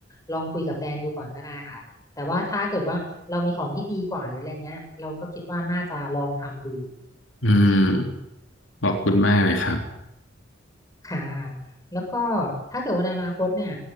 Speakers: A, on the left (about 15°); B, on the left (about 70°).
A: ลองคุยกับแฟนดูก่อนก็ได้ค่ะแต่ว่าถ้าเกิดว่าเรามีของที่ดีกว่าหรืออะไรเงี้ยเราก็คิดว่าน่าจะลองทำดู
B: อืมขอบคุณมากเลยครับ
A: ค่ะ แล้วก็ถ้าเกิดว่าในอนาคตเนี่ย